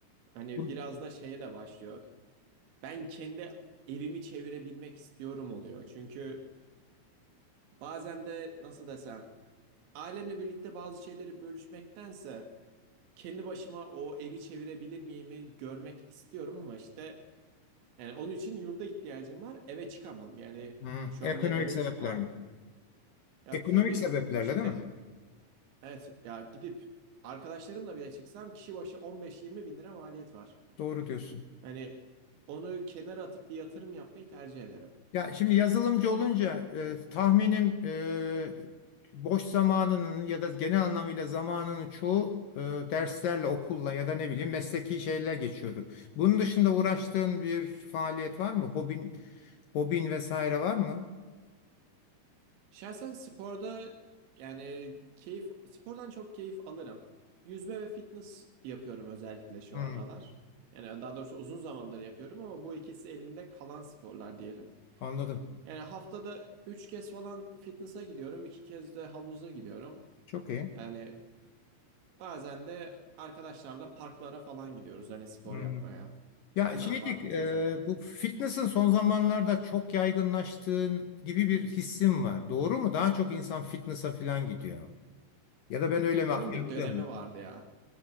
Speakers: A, on the right; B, on the left.
A: Hani
B: Bu-
A: biraz da şeye de başlıyor. Ben kendi evimi çevirebilmek istiyorum oluyor. Çünkü Bazen de nasıl desem, ailemle birlikte bazı şeyleri bölüşmektense kendi başıma o evi çevirebilir miyimi görmek istiyorum ama işte yani onun için yurda ihtiyacım var. Eve çıkamam. Yani
B: Hı,
A: şu
B: ekonomik
A: anda eve
B: sebeplerle.
A: çıkmak ya
B: Ekonomik
A: tabii
B: sebeplerle
A: şimdi
B: değil mi?
A: evet ya gidip arkadaşlarımla bile çıksam kişi başı 15-20 bin lira maliyet var.
B: Doğru diyorsun.
A: Hani onu kenara atıp bir yatırım yapmayı tercih ederim.
B: Ya şimdi yazılımcı olunca e, tahminim e, boş zamanının ya da genel anlamıyla zamanının çoğu e, derslerle, okulla ya da ne bileyim mesleki şeyler geçiyordur. Bunun dışında uğraştığın bir faaliyet var mı? Hobin, hobin vesaire var mı?
A: Şahsen sporda yani keyif spordan çok keyif alırım. Yüzme ve fitness yapıyorum özellikle şu
B: Hı,
A: aralar. Yani daha doğrusu uzun zamandır yapıyorum ama bu ikisi elinde kalan sporlar diyelim.
B: anladım.
A: Yani haftada 3 kez falan fitness'a gidiyorum, 2 kez de havuza gidiyorum.
B: Çok iyi.
A: Yani bazen de arkadaşlarla parklara falan gidiyoruz hani spor
B: Hmm.
A: yapmaya.
B: Ya
A: İşte
B: şeydik,
A: ne yapar,
B: e,
A: vesaire.
B: bu fitness'ın son zamanlarda çok yaygınlaştığı gibi bir hissim var. Doğru mu? Daha çok insan fitness'a falan gidiyor. Ya da ben öyle mi
A: Onun
B: yanılıyorum?
A: bir dönemi vardı ya.